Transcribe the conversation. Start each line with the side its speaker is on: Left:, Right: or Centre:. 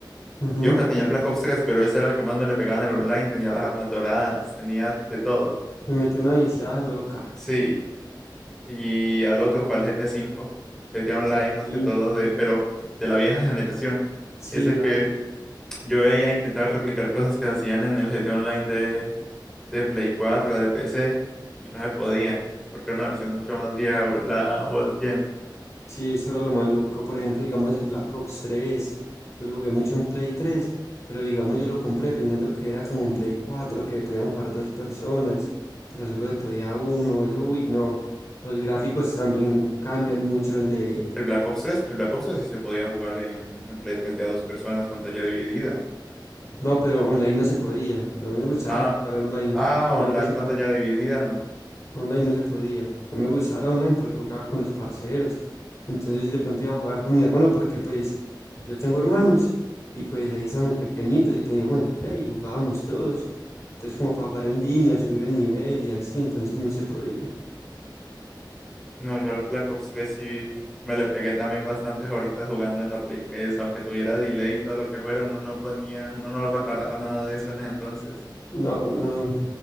Left: Ujú.
Centre: Yo que tenía el Black Ops tres pero ese era el que más me le pegaba en el online, tenía las armas doradas, tenía de todo.
Left: Me metió una viciada loca.
Centre: Sí, y al otro fue el GTA 5, GTA
Left: GTA
Centre: Online más
Left: cinco
Centre: que todo, de, pero de la vieja generación.
Left: Sí,
Centre: Ese
Left: la...
Centre: que Yo veía, intentaba replicar cosas que se hacían en el GT Online de, de Play 4 o de PC y no se podían, porque era una versión mucho más vieja, o- la old gen.
Left: sí, eso era lo maluco. Por ejemplo, digamos el Black Ops tres Yo lo jugué mucho en Play tres pero digamos yo lo compré pensando que era como en Play 4 que podían jugar dos personas, pero solo se podía uno. Eso, uy, no. Los gráficos también cambian mucho de,
Centre: El Black Ops 3, el Black Ops 3 sí se podía jugar en, en Play 3 de a dos personas, pantalla dividida.
Left: No, pero online no se podía. No me gustara
Centre: Ah,
Left: jugar online.
Centre: ah,
Left: Creo que online
Centre: online
Left: no se podía.
Centre: pantalla dividida, no.
Left: Online no se podía. No me gustara online porque jugaba con los parceros. Entonces de pronto iba a jugar con mi hermano porque pues yo tengo hermanos y pues ahí estamos pequeñitos y teníamos el play y jugábamos todos. Entonces como para jugar en línea, subir el nivel y así, entonces no se podía.
Centre: No, yo al Black Ops 3 sí me le pegué también bastantes horitas jugando en la Play 3, aunque tuviera delay y todo lo que fuera, uno no ponía, uno no reparaba nada de eso en ese entonces.
Left: No, no,